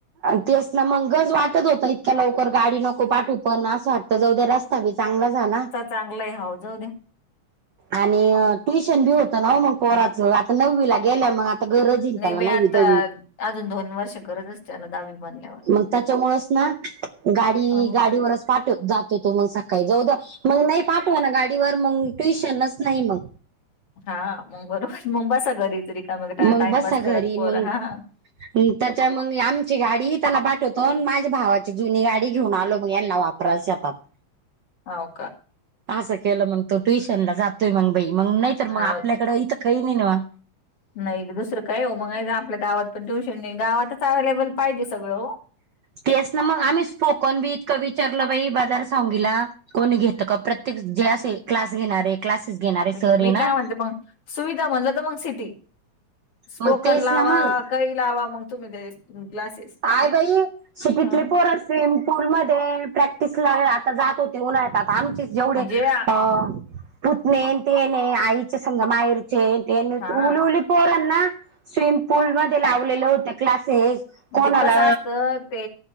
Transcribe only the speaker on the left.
चांगलंय अहो जाऊ दया.
नाही
बाई आता
अजून दोन वर्ष गरज असते, त्याला दहावी मध्ये.
हो
हां.. मग बरोबर मग बसा घरीच रिकामी टाइमपास
करत पोर
हां.
होव कां.
हाव
नाही दुसरं काय हो, मग आपल्या गावात पण ट्युशन नाही, गावातच अव्हेलेबल पाहिजे सगळं ओ.
मी
काय म्हणते मग, सुविधा म्हणलं तर मग सिटी. स्पोकन
लावा.
कही लावा मग तुम्ही ते, क्लासेस
ह
म्हणजे आ-
हा
मग
ते कसं असतं ते